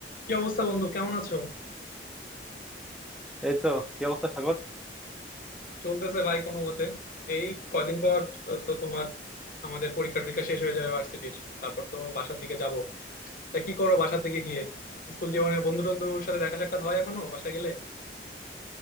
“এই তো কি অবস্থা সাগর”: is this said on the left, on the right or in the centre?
Centre